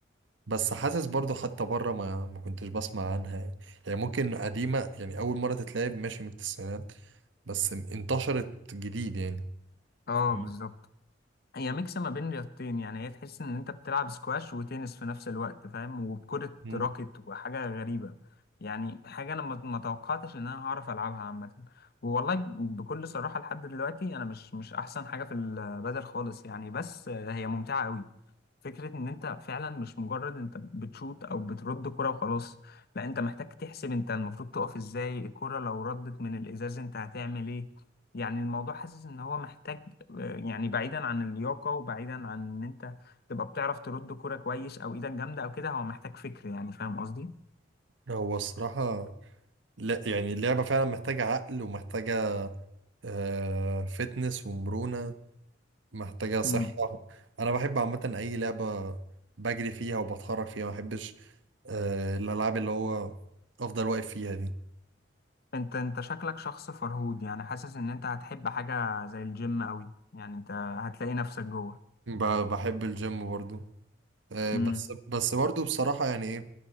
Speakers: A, on the right (about 80°); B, on the left (about 55°).
A: بس حاسس برضو حتى بره ما ما كنتش بسمع عنها يعني يعني ممكن قديمة يعني أول مرة تتلعب ماشي من التسعينات بس انتشرت جديد يعني
B: اه
A: مم.
B: بالظبط هي ميكس ما بين رياضتين يعني هي تحس ان انت بتلعب سكواش وتنس في نفس الوقت فاهم وبكرة
A: مم.
B: راكت وحاجة غريبة يعني حاجة انا ما ما توقعتش ان انا هعرف العبها عامة والله بكل صراحة لحد دلوقتي انا مش مش احسن حاجة في البدل خالص يعني بس هي ممتعة قوي فكرة ان انت فعلا مش مجرد انت بتشوت او بترد كرة وخلاص لا انت محتاج تحسب انت المفروض تقف ازاي الكرة لو ردت من الازاز انت هتعمل ايه يعني الموضوع حاسس ان هو محتاج يعني بعيدا عن اللياقة وبعيدا عن ان انت تبقى بتعرف ترد كرة كويس او ايدك جامدة او كده هو محتاج فكر يعني فاهم قصدي
A: هو الصراحة لا يعني اللعبة فعلا محتاجة عقل ومحتاجة آه فتنس ومرونة محتاجة صحة
B: امم
A: أنا بحب عامة أي لعبة بجري فيها وبتحرك فيها ما بحبش آه الألعاب اللي هو أفضل واقف فيها دي
B: انت انت شكلك شخص فرهود يعني حاسس ان انت هتحب حاجة زي الجيم قوي يعني انت هتلاقي نفسك جوه
A: ب- بحب الجيم برضو آه
B: امم
A: بس بس برضو بصراحة يعني إيه،